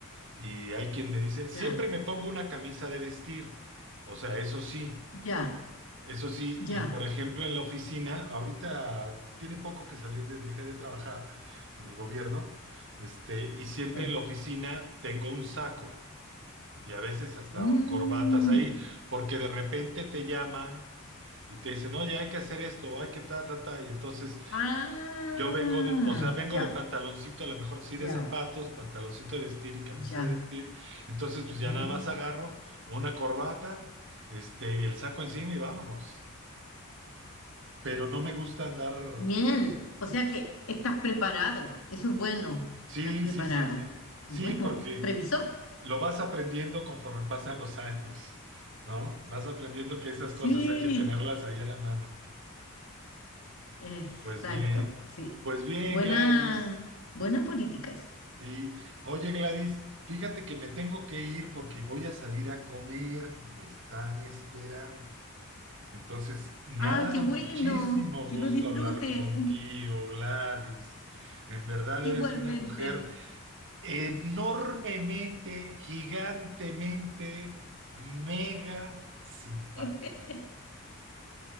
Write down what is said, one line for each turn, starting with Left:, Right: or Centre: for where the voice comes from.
Right: Y hay quien me dice, siempre
Left: Ya.
Right: me pongo una camisa de vestir. O sea, eso sí,
Left: Ya.
Right: eso sí.
Left: Ya.
Right: Y por ejemplo, en la oficina,
Left: Ujú,
Right: ahorita tiene poco que salir, de- dejé de trabajar en el gobierno, este, y siempre
Left: Ya.
Right: en la oficina tengo un saco y a veces hasta
Left: Mm,
Right: corbatas ahí, porque de repente te llaman y te dicen, oye, hay que hacer esto, o hay que ta, ta, ta. Y entonces
Left: Ah,
Right: yo vengo de, o sea, vengo
Left: ya,
Right: de pantaloncito, a lo mejor sí de
Left: ya,
Right: zapatos, pantaloncito de vestir y camisa
Left: ya.
Right: de vestir. Entonces, pues ya
Left: Ni-
Right: nada más agarro una corbata, este, el saco encima y vámonos. Pero no me gusta andar,
Left: Bien.
Right: este,
Left: O sea que estás preparado. Eso es bueno.
Right: sí,
Left: Estás preparado.
Right: sí, sí, sí.
Left: Qué
Right: Sí,
Left: bueno.
Right: porque
Left: Previsor.
Right: lo vas aprendiendo conforme pasan los años, ¿no? Vas aprendiendo que esas
Left: Sí,
Right: cosas hay que tenerlas ahí a la mano.
Left: exacto.
Right: Pues bien,
Left: Sí.
Right: pues bien,
Left: Buena,
Right: Gladys.
Left: buena política esa.
Right: Sí, oye Gladys, fíjate que me tengo que ir porque voy a salir a comer, me están esperando. Entonces, me
Left: Ay,
Right: ha dado
Left: qué bueno.
Right: muchísimo
Left: Que
Right: gusto
Left: lo disfrute
Right: hablar contigo,
Left: un-
Right: Gladys. En verdad eres
Left: igualmente.
Right: una mujer enormemente, gigantemente, mega simpática.
Left: <laughs>